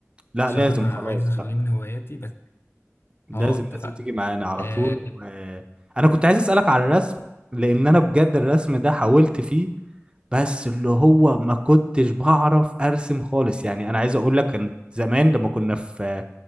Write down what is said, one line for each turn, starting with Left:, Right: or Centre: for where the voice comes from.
Right: لا
Left: عشان
Right: لازم
Left: انا عايز
Right: خلاص
Left: اخليه
Right: لا
Left: من هواياتي بس
Right: لازم
Left: اه اتفقنا
Right: لازم تيجي معانا على
Left: آه،
Right: طول و... انا كنت عايز اسالك على الرسم لان انا بجد الرسم ده حاولت فيه بس اللي هو ما كنتش بعرف ارسم خالص يعني انا عايز اقول لك كان زمان لما كنا في